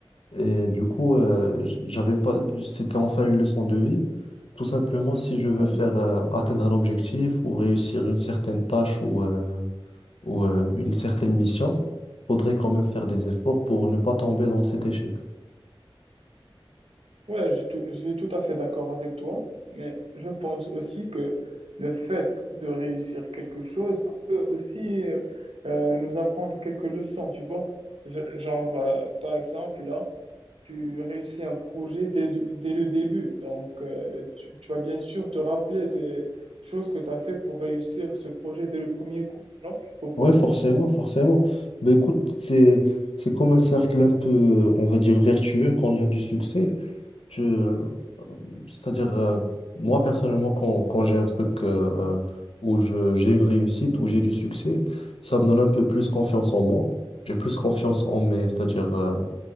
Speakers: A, on the left; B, on the right.
A: Et du coup, euh, j- j'avais pas, c'était enfin une leçon de vie. Tout simplement, si je veux
B: ouais,
A: faire euh, atteindre un objectif ou réussir une certaine tâche ou, euh, ou euh, une certaine mission, faudrait quand même faire des efforts pour ne pas tomber dans cet échec.
B: Ouais, je, te- je suis tout à fait d'accord avec toi, mais je pense aussi que le fait de réussir quelque chose peut aussi euh, euh, nous apprendre quelques leçons, tu vois. Je- Genre, euh, par exemple, là, tu réussis un projet dès, dès le début. Donc, euh, tu, tu vas bien sûr te rappeler des choses que tu as fait pour réussir ce projet dès le premier coup, non? Tu trouves
A: Ouais,
B: pas?
A: forcément, forcément. Mais écoute, c'est c'est comme un cercle un peu, euh, on va dire, vertueux quand il y a du succès. Tu, euh, c'est-à-dire, euh, moi, personnellement, quand, quand j'ai un truc euh, où je, j'ai une réussite, où j'ai du succès, ça me donne un peu plus confiance en moi. J'ai plus confiance en mes, c'est-à-dire, euh,